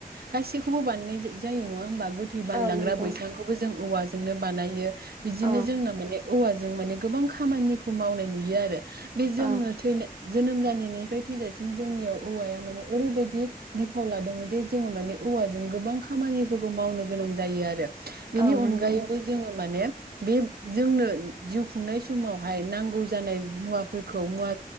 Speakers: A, on the right; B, on the right.
A: गासैखौबो बानायनाय जा-जायो नङा होनबा? गोथै बानलांग्रा
B: औ नंगौ
A: बैसांखौबो जों औवा जोंनो बानायो। बिदिनो
B: औ
A: जोंना माने औवाजों माने गोबां खामानिखौ मावनाय नुयो आरो। बे
B: औ
A: जोङो थैनो जोनोम जानायनिफ्राय थैजासिम जोंनियाव औवाया माने ओरैबायदि बिफाव लादों जे जोङो माने औवाजों गोबां खामानिफोरबो मावनो गोनां जायो आरो। बेनि
B: औ नंगौ
A: अनगायैबो जोङो माने बे जोंनो जिउ खुंनाय समावहाय नांगौ जानाय मुवाफोरखौ मुवा